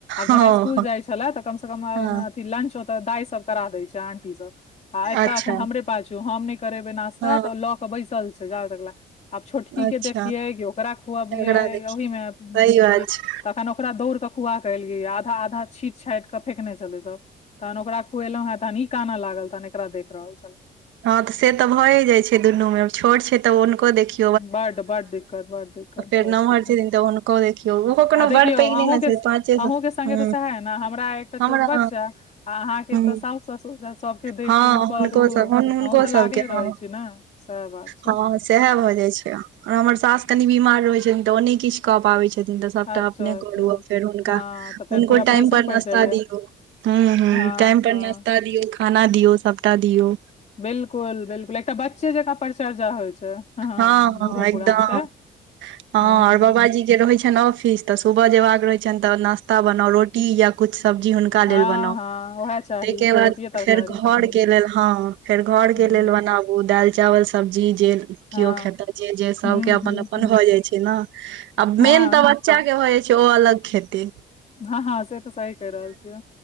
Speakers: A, on the right; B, on the left.
A: हँ
B: जेना स्कुल जा छल कम क
A: हँ
B: लंच ओते दाई सब करा देय छै आंटी सब आ एते
A: अच्छा
B: अखन हमरे पाजू हम ने करेबे न ्ता
A: हँ
B: तऽ लऽ कऽ बैसल छै जाब तकला आब छोटकी
A: अच्छा
B: के देखियै कि ओकरा खुअबियए
A: झगड़ा देखियौ
B: ओहि मे
A: सही
B: बुझ
A: बात छै
B: कनि ओकरा दौड़ क कुआ कलेलिय आधा आधा छींट छाट कऽ फेकने चलै सब तहन ओकरा खुएलहुॅ हें तहन ह ई कानना लागल तहन एकरा देख रहल छल
A: हँ तऽ से तऽ भए जाय छै दुनू में छोट छै तऽ हनको देखिय
B: बड बड्ड दिक्कत बड डिक्कत
A: फेर
B: बड
A: नमहर
B: दिक्कट
A: छथिन तऽ हुनको देखियौ ओहो कोनो
B: आ देखियौ
A: बड़ पैघ नहि
B: अहौके
A: ने छै पाँचे
B: अहौके
A: साल
B: सङ्गे
A: हँ
B: तऽ सएह है ने हमरा एकटा
A: हमरा
B: छोट बच्चा आहाँ के
A: हँ
B: तऽ साउ ससुर सब के देखू
A: हँ हुनको
B: करू
A: सब हुनको
B: अहू तऽ लागले
A: सबके हँ
B: रहै छी ने सएह बात छै
A: हँ सएह भए जाय छै आ हमर सास कनी बीमार रहय छनि तऽ ओ नै किछु कऽ पाबै छै छथिन तऽ सबटा
B: अच्छा
A: अपने
B: अच्छा
A: करु फेर हुनका
B: हँ तऽ फेर
A: हुनको
B: पूरा
A: टाइम
B: प्रेशर
A: पर
B: पड़ि
A: नाश्ता
B: जाइया
A: दियउ हूँ हूँ
B: हँ
A: टाइम
B: हँ
A: पर नाश्ता दियऔ खाना दियऔ सबटा दियऔ
B: बिलकुल बिलकुल एकटा बच्चे जकाँ परिचर्या होइ छै
A: हँ
B: बूढ़ो
A: हँ एकदम
B: पुरान के
A: हँ
B: हूँ
A: बाबाजी के रहे छै छनि ऑफिस तऽ सुबह जेबाक रहय छनि तऽ नास्ता बनाउ रोटी या कुछ सब्जी हुनका का
B: हँ
A: लेल बनाउ
B: हँ उएह चाही
A: तय के बाद
B: रोटिये तरकारी
A: फेर घर
B: हूँ
A: के लेल हँ फेर घरके
B: हुं
A: लेल बनाबू दालि। चावल सब्जी जे
B: हँ
A: केओ खयतह जे सभके
B: हुं
A: अपन-अपन
B: हुं हुं
A: भऽ जाइ छै ने। आ
B: हँ
A: मेन तऽ, बच्चाके हो जाइ छै, ओ अलग खेती
B: हँ, हँ। से तऽ सही कहि रहल छियै